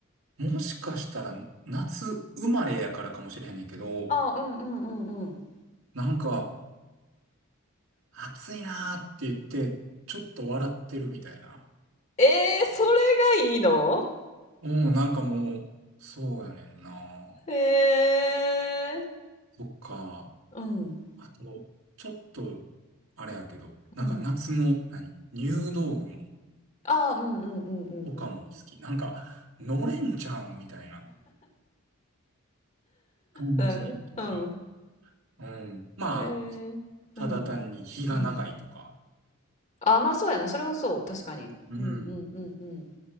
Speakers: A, on the right; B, on the left.
A: もしかしたら、夏生まれやからかもしれへんねんけど、
B: あ、うんうんうんうん。
A: なんか、暑いなーって言って、ちょっと笑ってるみたいな。
B: えー、それがいいの
A: うん、なんかもう、そうやねんな。
B: へえ、
A: そっか。
B: うん、
A: あと、ちょっと、あれやけど、なんか夏の、
B: うん。
A: 何入道雲
B: あ、うんうんうんうんうん。
A: とかも好き。なんか、のれんちゃんみたいな感じとか。
B: うん、うん。
A: うん。まあ、
B: へえ、
A: ただ単に日が長いとか。
B: うん、うん。あ、まあそうやな。それはそう。確かに。
A: うん。
B: うんうんうんうん。